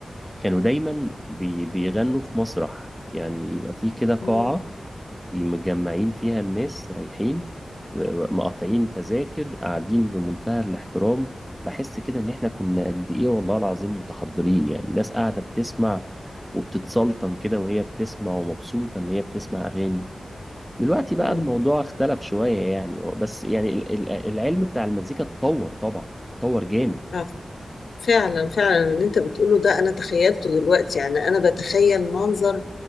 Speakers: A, in the centre; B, on the left (about 80°).
A: كانوا دايما بي بيغنوا في مسرح يعني يبقى في كده قاعة
B: مم.
A: مجمعين فيها الناس رايحين مقاطعين تذاكر قاعدين بمنتهى الاحترام بحس كده ان احنا كنا قد ايه والله العظيم متحضرين يعني الناس قاعدة بتسمع وبتتسلطن كده وهي بتسمع ومبسوطة ان هي بتسمع اغاني دلوقتي بقى
B: مم.
A: الموضوع اختلف شوية يعني بس يعني ال- ال- العلم بتاع المزيكا اتطور طبعا اتطور جامد
B: آه، فعلا فعلا اللي أنت بتقوله ده أنا تخيلته دلوقتي يعني أنا بتخيل منظر